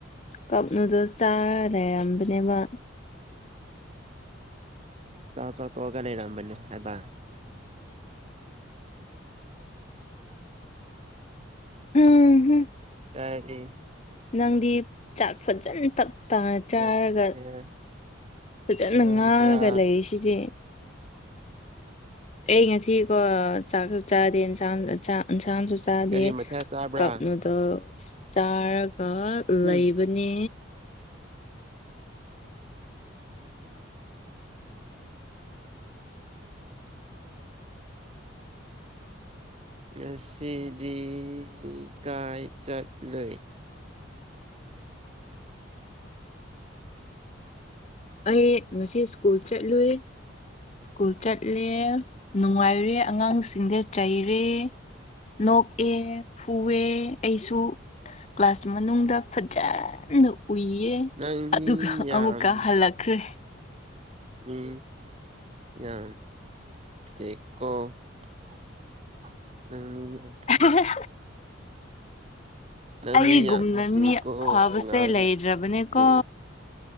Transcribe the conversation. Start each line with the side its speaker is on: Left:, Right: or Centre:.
Left: ꯀꯞꯅꯨꯗꯣ ꯆꯥꯔ ꯂꯩꯔꯝꯕꯅꯦꯕ
Right: ꯆ ꯆ ꯇꯒ ꯂꯩꯔꯝꯝꯕꯅꯤ ꯍꯥꯏꯥꯏꯕ
Left: ꯎꯝꯝ
Right: ꯇꯔꯗꯤ
Left: ꯅꯪꯗꯤ ꯆꯥꯛ ꯐꯖꯅ ꯇꯥ ꯆꯥꯔꯒ
Right: ꯃꯊꯦꯜ
Left: ꯐꯖꯅ
Right: ꯆꯥꯕ꯭ꯔꯥ
Left: ꯉꯥꯡꯉꯒ ꯂꯩ ꯁꯤꯁꯦ ꯑꯩ ꯉꯥꯁꯤꯀꯣ ꯆꯥꯛꯁꯨ ꯆꯥꯗꯦ ꯏꯟꯁꯥꯡ ꯏꯟꯁꯥꯡꯁꯨ ꯆꯥꯗꯦ
Right: ꯀꯔꯤ ꯃꯊꯦꯜ ꯆꯥꯕ꯭ꯔꯥ
Left: ꯀꯞ ꯅꯨꯗꯜꯁ ꯆꯥꯔꯒ
Right: ꯎꯝ
Left: ꯂꯩꯕꯅꯦ
Right: ꯃꯁꯤꯗꯤ ꯀꯥꯏ ꯆꯠꯂꯩ
Left: ꯑꯩ ꯉꯁꯤ ꯁ꯭ꯀꯨꯜ ꯆꯠꯂꯨꯏ ꯁ꯭ꯀꯨꯜ ꯆꯠꯂꯦ ꯅꯨꯡꯉꯥꯏꯔꯦ ꯑꯉꯥꯡꯁꯤꯡꯗ ꯆꯩꯔꯦ ꯅꯣꯛꯑꯦ ꯐꯨꯑꯦ ꯑꯩꯁꯨ ꯀ꯭ꯂꯥꯁ ꯃꯅꯨꯡꯗ ꯐꯖꯅ ꯎꯏꯌꯦ
Right: ꯅꯪ ꯃꯤ
Left: ꯑꯗꯨꯒ
Right: ꯌꯥꯝ
Left: ꯑꯃꯨꯛꯀ ꯍꯜꯂꯛ ꯀ꯭ꯔꯦ
Right: ꯃꯤ ꯌꯥ ꯀꯀꯣ ꯇꯥꯖꯔꯤ ꯃꯥꯡ ꯎꯝ
Left: ꯎ
Right: ꯅꯃꯤ
Left: ꯑꯩꯒꯨꯝꯅ
Right: ꯌꯥ ꯐꯇ
Left: ꯃꯤ
Right: ꯀꯣ
Left: ꯐꯕꯁꯦ
Right: ꯑꯉꯥꯡꯕꯨ
Left: ꯂꯩꯇ꯭ꯔꯕꯅꯦꯀꯣ